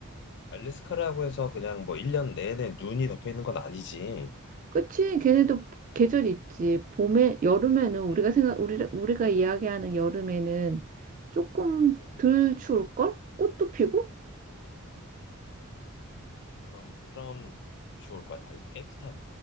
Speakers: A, on the left; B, on the right.
A: 알래스카라고 해서 그냥 뭐 1년 내내 눈이 덮여 있는 건 아니지.
B: 그치? 걔네도 계절 있지. 봄에, 여름에는 우리가
A: 응,
B: 생각, 우리, 우리가 이야기하는 여름에는 조금
A: 응,
B: 덜 추울걸? 꽃도 피고?
A: 응. 그럼, 그럼 좋을 것 같아. 깨끗한,